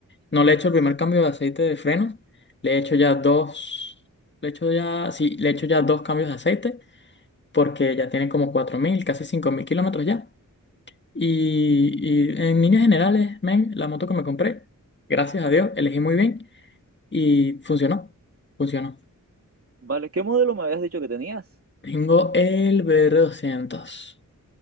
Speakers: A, on the left (about 35°); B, on the right (about 45°).
A: no le he hecho el primer cambio de aceite de frenos, le he hecho ya dos, le he hecho ya, sí, le he hecho ya dos cambios de aceite porque ya tiene como cuatro mil casi 5000 kilómetros ya. Y, y en líneas generales, men, la moto que me compré, gracias a Dios, elegí muy bien y funcionó. Funcionó.
B: Vale, ¿qué modelo me habías dicho que tenías?
A: Tengo el VR doscientos